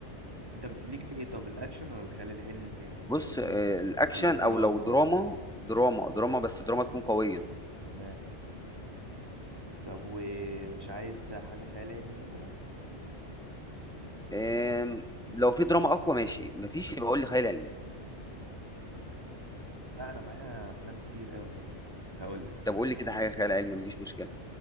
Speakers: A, on the right (about 20°); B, in the centre.
A: انت بتليك في ايه طب الاكشن ولا الخيال العلمي ولا
B: بص
A: ال...
B: آه، الأكشن
A: ولا الدراما
B: أو لو دراما
A: ولا ايه
B: دراما دراما بس دراما تكون قوية
A: تمام طب ومش عايز حاجة خيال علمي مثلا
B: آم، لو في دراما أقوى ماشي مفيش يبقى قول لي خيال علمي
A: لا انا معايا افلام كتير قوي يعني هقول لك
B: طب قول
A: بص
B: لي كده حاجة خيال علمي مفيش مشكلة